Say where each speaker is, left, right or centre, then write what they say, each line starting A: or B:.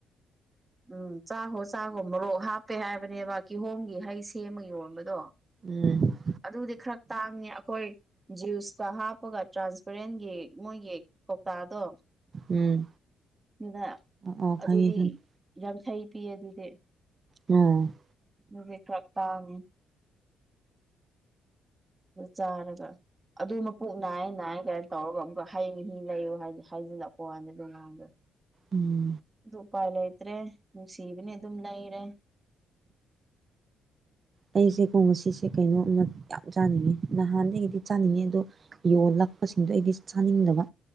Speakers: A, on the right; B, on the right.
A: ꯎꯝ ꯆꯥꯛꯒꯣ ꯆꯥꯛꯒꯣ ꯃꯣꯔꯣꯛ ꯍꯥꯞꯄꯦ ꯍꯥꯏꯕꯅꯦꯕ ꯀꯤꯍꯣꯝꯒꯤ ꯍꯩ ꯁꯦꯝꯃ ꯌꯣꯟꯕꯗꯣ꯫
B: ꯎꯝ꫰꫰
A: ꯑꯗꯨꯗꯤ ꯈꯔ ꯇꯥꯡꯉꯦ ꯑꯩꯈꯣꯏ꯫ ꯖꯨꯁꯀ ꯍꯥꯞꯄꯒ ꯇ꯭ꯔꯥꯟꯁꯄꯔꯦꯟꯒꯤ ꯃꯣꯏꯒꯤ ꯀꯧꯇꯥꯗꯣ꯫
B: ꯎꯝ
A: ꯑꯗꯨꯗ
B: ꯑꯣ ꯑꯣ ꯈꯪꯉꯦ
A: ꯑꯗꯨꯗꯤ
B: ꯈꯪꯉꯦ
A: ꯌꯥꯡꯈꯩ ꯄꯤꯌꯦ ꯑꯗꯨꯗꯤ꯫
B: ꯎꯝ꯫
A: ꯗꯨꯗꯤ ꯈꯔ ꯇꯥꯡꯉꯤ꯫ ꯆꯔꯒ꯫ ꯑꯗꯨ ꯃꯄꯨꯛ ꯅꯥꯏꯌꯦ ꯅꯥꯏꯌꯦ ꯀꯥꯏꯅ ꯇꯧꯔꯒ ꯑꯃꯨꯛꯀ ꯍꯩ ꯃꯍꯤ ꯂꯩꯌꯨ ꯍꯥꯏ ꯍꯥꯏꯖꯤꯜꯂꯛꯄꯋꯥꯅꯦ ꯑꯗꯨ ꯉꯥꯡ ꯗꯣ꯫
B: ꯎꯝ꯫
A: ꯑꯗꯨ ꯎꯄꯥꯏ ꯂꯩꯇ꯭ꯔꯦ ꯅꯨꯡꯁꯤꯕꯅꯦ ꯑꯗꯨꯝ ꯂꯩꯔꯦ꯫
B: ꯑꯩꯁꯦꯀꯣ ꯉꯁꯤꯁꯦ ꯀꯩꯅꯣꯃ ꯌꯥꯝ ꯆꯥꯅꯤꯡꯉꯦ ꯅꯍꯥꯟꯗꯒꯤꯗꯤ ꯆꯥꯅꯤꯡꯉꯦ ꯑꯗꯣ꯫ ꯌꯣꯜꯂꯛꯄꯁꯤꯡꯗꯣ ꯑꯩꯗꯤ ꯆꯥꯅꯤꯡꯗꯕ꯫